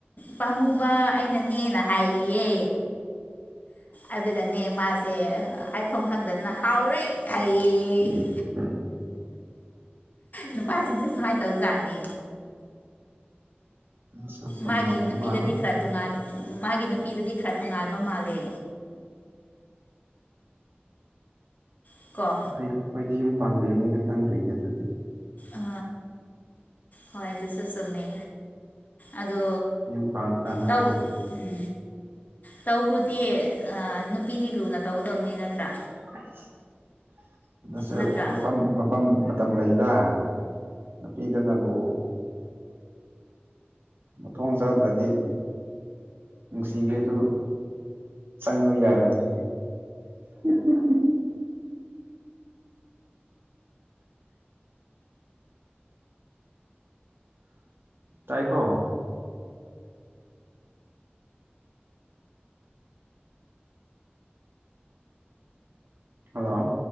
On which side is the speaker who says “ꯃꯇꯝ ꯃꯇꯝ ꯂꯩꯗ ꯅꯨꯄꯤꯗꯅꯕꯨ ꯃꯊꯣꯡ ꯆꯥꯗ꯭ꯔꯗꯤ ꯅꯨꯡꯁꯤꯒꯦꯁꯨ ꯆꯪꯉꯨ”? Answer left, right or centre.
Right